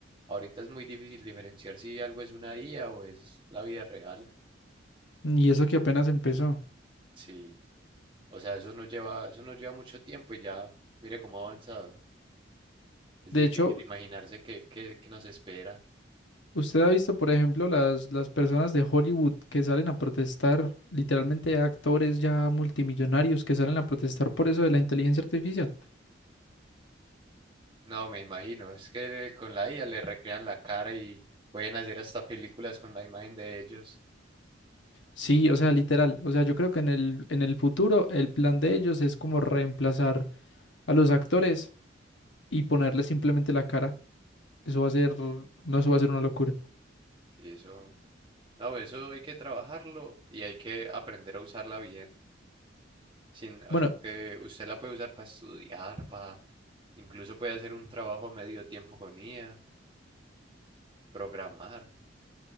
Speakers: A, on the right; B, on the left.
A: Ahorita es muy difícil diferenciar si algo es una IA o es la vida real.
B: Y eso que apenas empezó.
A: Sí, o sea, eso nos lleva, eso nos lleva mucho tiempo y ya, mire cómo ha avanzado. Es
B: De
A: difícil
B: hecho,
A: imaginarse qué, qué, qué nos espera.
B: usted ha visto, por ejemplo, las, las personas de Hollywood que salen a protestar, literalmente actores ya multimillonarios que salen a protestar por eso de la inteligencia artificial.
A: No, me imagino. Es que con la IA le recrean la cara y pueden hacer hasta películas con la imagen de ellos.
B: Sí, o sea, literal. O sea, yo creo que en el, en el futuro el plan de ellos es como reemplazar a los actores y ponerles simplemente la cara. Eso va a ser, no, eso va a ser una locura.
A: Sí, eso. No, eso hay que trabajarlo y hay que aprender a usarla bien. Sin, o
B: Bueno,
A: sea, porque usted la puede usar para estudiar, para incluso puede hacer un trabajo a medio tiempo con IA, programar.